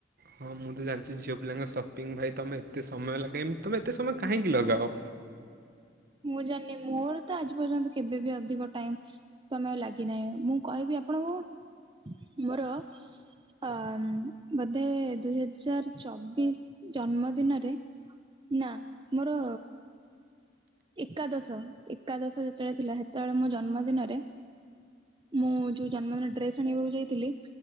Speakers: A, on the right (about 50°); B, on the right (about 25°).
A: ହଁ ମୁଁ ତ ଜାଣଚି ଝିଅ ପିଲାଙ୍କ ସପିଙ୍ଗ ଭାଇ ତମେ ଏତେ ସମୟ ଲାଗେ ଏମ୍ ତମେ ଏତେ ସମୟ କାହିଁକି ଲଗାଅ?
B: ମୁଁ ଜାଣିନି ମୋର ତ ଆଜି ପର୍ଯ୍ୟନ୍ତ କେବେବି ଅଧିକ ଟାଇମ୍ ସମୟ ଲାଗିନାହିଁ। ମୁଁ କହିବି ଆପଣଙ୍କୁ ମୋର ଅ ବୋଧେ ଦୁଇ ହଜାର ଚବିଶ ଜନ୍ମଦିନରେ ନା ମୋର ଏକାଦଶ। ଏକାଦଶ ଯେତେବେଳେ ଥିଲା, ସେତେବେଳେ ମୋ ଜନ୍ମ ଦିନରେ ମୁଁ ଯୋଉ ଜନ୍ମଦିନ ଡ୍ରେସ୍ ଆଣିବାକୁ ଯାଇଥିଲି।